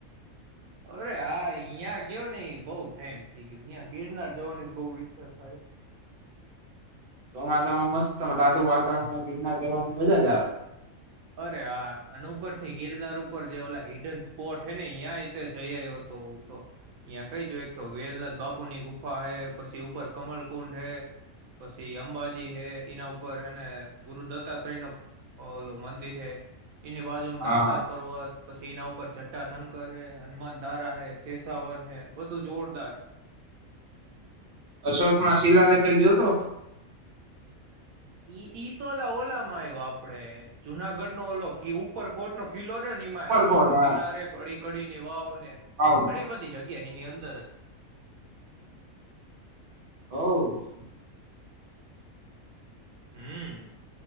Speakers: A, on the right; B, on the right.
A: અરે આ અહિયાં ગયો ને બહુ ટાઈમ થઇ ગયો અં ગિરનાર જવાની બહ ઈચ્છા થાય છે.
B: ચોમાસામાં મસ્ત ત ર વાતાવરણમાં ગિરના જવાની મજા જ આવે
A: અરે હા અને ઉપરથી ગિરનાર ઉપર જે ઓલા હિડન સ્પોટ હે ને અ્યાં જઈ આવયો હતો તો અ્યાં કઈ જો એક તો વેલનાથ બાપુની ગુફા હૈ પછી ઉપર કમલકુંડ હૈ પછી અંબાજી હે એના ઉપર હને ગુરુદત્તા તય નો ઓલો મંદિર હૈ એની બાજુ
B: હા
A: દાતાર પર્વત પછી એના ઉપર જટ્ટાશંકર હે હનુમાન ધારા હૈ શેેશાવન હૈ બધું જોરદાર હૈ
B: અશોકમાં શિલાલેેખે ગયો હતો
A: ઈ તો ઓલા ઓલા માં આવ્યો આપડે જુનાગઢ નો ઓલોક ઉપર કોટ નો કિલ્લો નિમાય
B: ઉપરકોટ
A: અશોક નો
B: હા
A: શિલા ર કડી કડીની વાવને
B: આવ
A: ઘણી બધી જગ્યા ની અંદર
B: <inaudible>
A: હમ